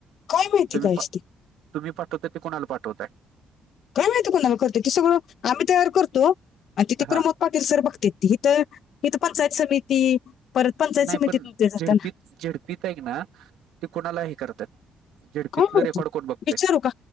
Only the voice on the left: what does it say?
काय मिळती
कायस
ती
काय माहिती कोणाला करते ते सगळं आम्ही तयार करतो आणि तिथे प्रमोद
पाटील सर बघते तीिथं इिथ पंचायत समिती परत पंचायत
समितीतून
ते जाताना
काय माहिती
विचारू का?